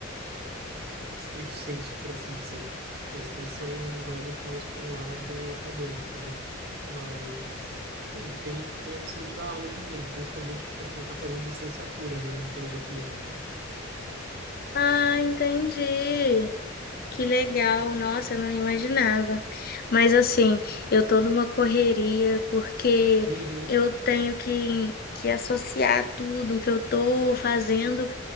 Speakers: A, on the right; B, on the left.
A: estrito sensu, por assim dizer. A extensão vai muito mais para um lado acadêmico, né? Mas, sim, tem, tem a opção de dar aula também, principalmente para quem está fazendo licenciatura, né, em filosofia.
B: Ah, entendi. Que legal. Nossa, eu não imaginava. Mas assim, eu tô numa correria porque
A: Uhum,
B: eu tenho que que associar tudo que eu tô fazendo